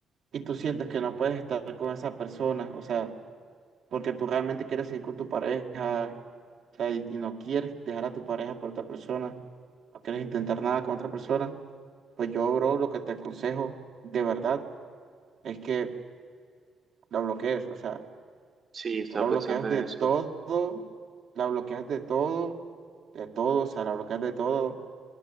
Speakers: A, on the right (about 60°); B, on the right (about 40°).
A: y tú sientes que no puedes estar con esa persona, o sea, porque tú realmente quieres seguir con tu pareja, o sea, y, y no quieres dejar a tu pareja por otra persona, no quieres intentar nada con otra persona, pues yo, bro, lo que te aconsejo de verdad es que la bloquees, o sea.
B: Sí, estaba
A: Tú la bloqueas
B: pensando
A: de
B: en eso.
A: todo, la bloqueas de todo, de todo, o sea, la bloqueas de todo.